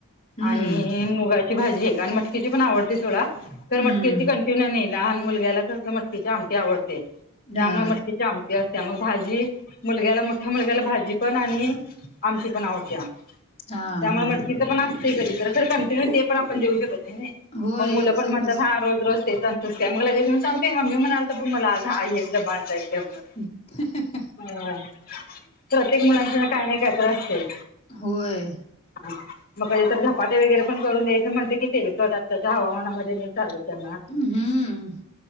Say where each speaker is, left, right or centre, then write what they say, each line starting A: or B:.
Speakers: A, on the left; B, on the left.
A: हम्म
B: आणि मुगाची भाजी एक आणि मटकीची पण आवडते सोडा
A: हम्म
B: तर मटकीची ते नाई लहान मुलग्याला कस मटकीचे आमटी आवडते त्यामुळे
A: हा
B: मटकीचे आमटी अस त्या मग भाजी मुलग्याला मोठ्या मुलग्याला भाजी पण आणि आमची पण आवडत्या.
A: हा
B: त्यामुळे
A: हा
B: मटकीच
A: हा
B: पण असतय कधीतर खरं कंटिन्यू ते पण आपण देऊ शकत नई.
A: होय
B: मग मुलं
A: एकच
B: पण म्हणतात
A: एकच
B: हा रोज -रोज तेचं तस त्यामुळं लगेचं सांगतय मम्मी हे म्हणालत बघ मला आज आहे हेच डबा आणतय ते पण
A: हम्म हं
B: ह प्रत्येक मुलांचं काय काही नाही कायतर असतय
A: होय <unintelligible>
B: हा मग क तर धपाटे वगैरे पण करून द्यायचं म्हणते कि ते कत <unintelligible> त्याच्या हवामानामध्ये म चाल त्यांना <unintelligible>
A: हम्म